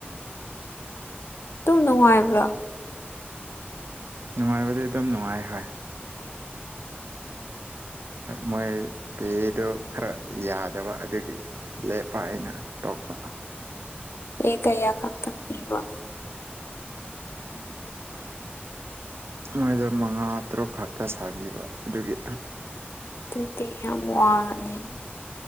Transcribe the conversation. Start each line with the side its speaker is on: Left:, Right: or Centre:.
Left: ꯑꯗꯨꯝ ꯅꯨꯡꯉꯥꯏꯕ꯭ꯔꯥ
Right: ꯅꯨꯡꯉꯥꯏꯕꯗꯤ ꯑꯗꯨꯝ ꯅꯨꯡꯉꯥꯏ ꯍꯣꯏ ꯃꯣꯏ ꯄꯦꯗꯨ ꯈꯔ ꯌꯥꯗꯕ ꯑꯗꯨꯒꯤ ꯂꯦꯞꯄ ꯑꯩꯅ ꯇꯣꯛꯄ <inaudible>
Left: ꯄꯦ ꯀꯌꯥ ꯈꯛꯇꯪ ꯄꯤꯕ
Right: <inaudible> ꯃꯣꯏꯗ ꯃꯉꯥ ꯇꯔꯨꯛ ꯈꯛꯇ ꯁꯥꯕꯤꯕ ꯑꯗꯨꯒꯤ
Left: ꯑꯗꯨꯗꯤ ꯌꯥꯝ ꯋꯥꯉꯅꯤ